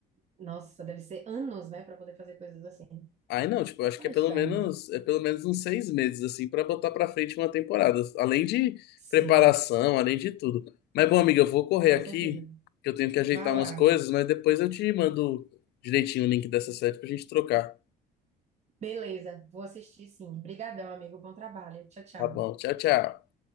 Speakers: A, on the right; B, on the left.
A: Nossa, deve ser anos, né, para poder fazer coisas assim.
B: Ai, não, tipo, eu acho
A: Mas
B: que é pelo
A: tá.
B: menos, é pelo menos uns seis meses, assim, pra botar pra frente uma temporada. Além de
A: Sim.
B: preparação, além de tudo. Mas, bom, amiga, eu vou correr
A: Com
B: aqui,
A: certeza.
B: que eu tenho que ajeitar
A: Vá lá.
B: umas coisas, mas depois eu te mando direitinho o link dessa série pra gente trocar.
A: Beleza, vou assistir sim. Obrigadão, amigo. Bom trabalho. Tchau, tchau.
B: Tá bom, tchau, tchau.